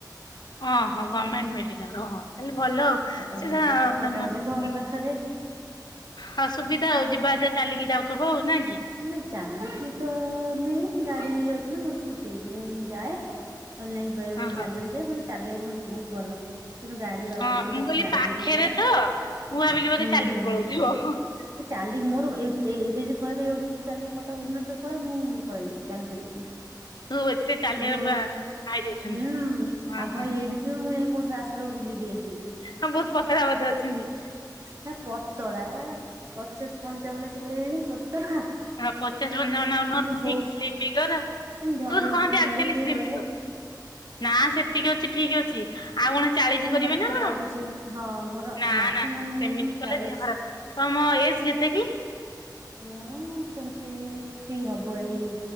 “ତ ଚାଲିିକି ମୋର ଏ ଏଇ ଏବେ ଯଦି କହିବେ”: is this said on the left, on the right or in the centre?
Right